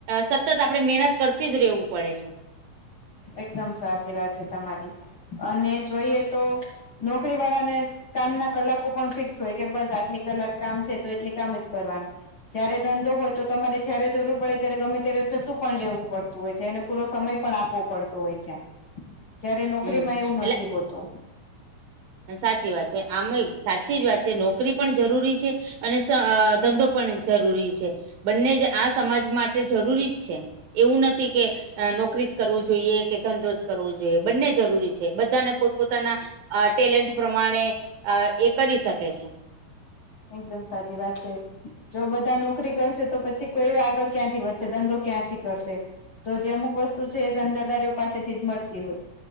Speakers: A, on the right; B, on the left.
A: સતત આપણે મહેનત કરતી જ રહેેવું પડે છે
B: એકદમ સાચી વાત છે તમારી અને જોઈએ તો નોકરી વાળાને કામ ના કલાકો પણ ફિક્સ હોય કે બસ આટલી કલાક કામ છે તો એટલી કામ જ કરવાનું જયારે ધંધો હોય તો તમારે જયારે જરૂર પડે ત્યારે ગમે ત્યારે જતું પણ રહેવું પડ હોય છે એને પૂરો સમય પણ આપવો પડતો હોય છે જયારે નોકરીમાં
A: હમ
B: એવું
A: એટલે
B: નથી હોતું
A: સાચી વાત છે આમય સાચી જ વાત છે નોકરી પણ જરૂરી છે અને ધંધો પણ જરૂરી છે બંને જ આ સમાજ માટે જરૂરી જ છે એવું નથી કે અ નોકરી જ કરવું જોઈએ કે ધંધો જ કરવો જોઈએ બંને જરૂરી છે બધાને પોત-પોતાના ટેલેન્ટ પ્રમાણે એ કરી શકે છે
B: એકદમ સાચી વાત છે જો બધા નોકરી કરશે તો પછી કોઈ આગળ ક્યાંથી વધશે, ધંધો ક્યાંથી કરશે? તો જે અમુક વસ્તુ છે એ ધંધાદારીઓ પાસેથી જ મળતી હોય.